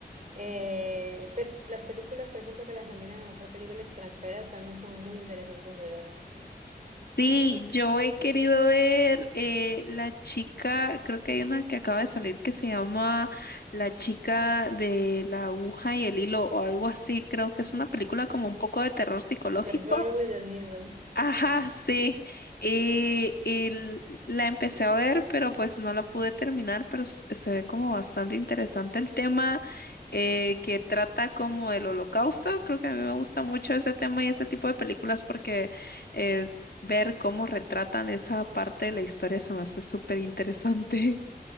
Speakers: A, on the right (about 45°); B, on the left (about 70°).
A: Eh, pero las películas, por ejemplo, que las nominan a mejor película extranjera también son muy interesantes de ver.
B: Sí, yo he querido ver eh, la chica, creo que hay una que acaba de salir que se llama La chica de la aguja y el hilo o algo así, creo que es una película como un poco de terror psicológico.
A: The Girl with the Needle.
B: Ajá, sí. Y, y l- la empecé a ver, pero pues no la pude terminar, pero s- se ve como bastante interesante el tema eh, que trata como del holocausto. Creo que a mí me gusta mucho ese tema y ese tipo de películas porque eh, ver cómo retratan esa parte de la historia se me hace súper interesante.